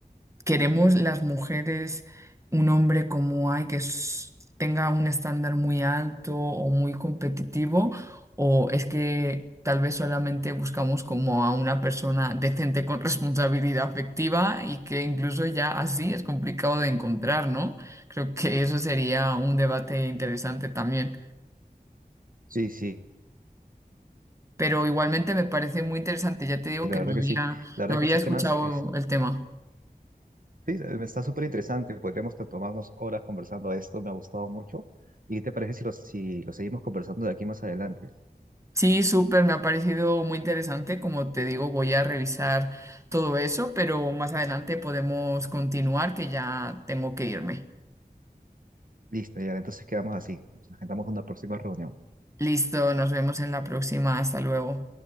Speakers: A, on the right; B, on the right.
A: queremos las mujeres un hombre como hay que s- tenga un estándar muy alto o muy competitivo, o es que tal vez solamente buscamos como a una persona decente con <laughs> responsabilidad afectiva y que incluso ya así es complicado de encontrar, ¿no? Creo que eso sería un debate interesante también.
B: Sí, sí,
A: pero igualmente me parece muy interesante. Ya te digo
B: y la
A: que
B: verdad
A: no
B: que
A: había,
B: sí. La verdad
A: no había
B: que estos
A: escuchado
B: temas, es,
A: el tema.
B: sí, está súper interesante. Podríamos t- tomarnos horas conversando de esto, me ha gustado mucho. ¿Y qué te parece si los, si los seguimos conversando de aquí más adelante?
A: Sí, súper, me ha parecido muy interesante. Como te digo, voy a revisar todo eso, pero más adelante podemos continuar, que ya tengo que irme.
B: Listo, ya, entonces quedamos así. Nos agendamos una próxima reunión.
A: Listo, nos vemos en la próxima. Hasta luego.